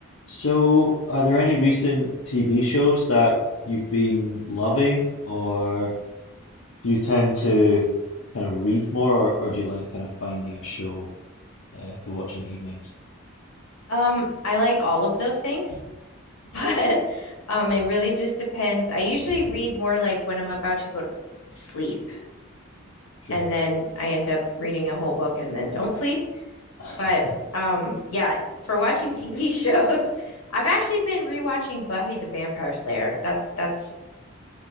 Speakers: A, on the left; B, on the left.
A: So, are there any recent TV shows that you've been loving, or do you tend to kind of read more, or, or do you like kind of finding a show uh, to watch in the evenings?
B: Um, I like all of those things, <laughs> but um, it really just depends. I usually read more like when I'm about to go to sleep,
A: Sure.
B: and then I end up reading a whole book and then don't sleep.
A: <laughs>
B: But um, yeah, for watching TV shows, <laughs> I've actually been rewatching Buffy the Vampire Slayer. That's that's